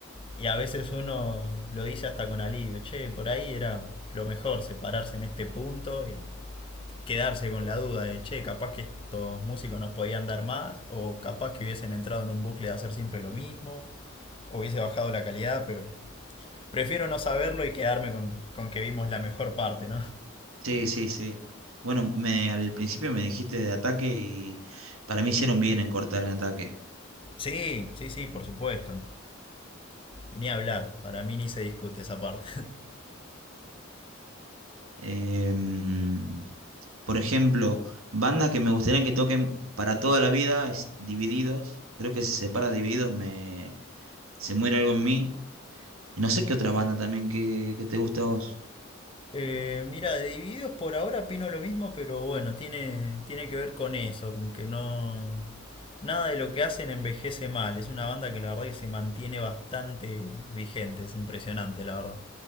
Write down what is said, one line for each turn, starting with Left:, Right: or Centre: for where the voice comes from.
Left: y a veces uno lo dice hasta con alivio. Che, por ahí era lo mejor separarse en este punto y, quedarse con la duda de, che, capaz que estos músicos nos podían dar más, o capaz que hubiesen entrado en un bucle de hacer siempre lo mismo, o hubiese bajado la calidad, pero prefiero no saberlo y quedarme con, con que vimos la mejor parte, ¿no?
Right: Sí, sí, sí. Bueno, me, al principio me dijiste de ataque y para mí hicieron bien en cortar en ataque.
Left: Sí, sí, sí, por supuesto. Ni hablar, para mí ni se discute esa parte.
Right: Em, por ejemplo, bandas que me gustaría que toquen para toda la vida es Divididos. Creo que si se separa Divididos me, se muere algo en mí. Y no sé qué otra banda también que, que te gusta a vos.
Left: Eh, mira, de divididos por ahora opino lo mismo, pero bueno, tiene, tiene que ver con eso, con que no... Nada de lo que hacen envejece mal. Es una banda que la verdad que se mantiene bastante vigente, es impresionante, la verdad.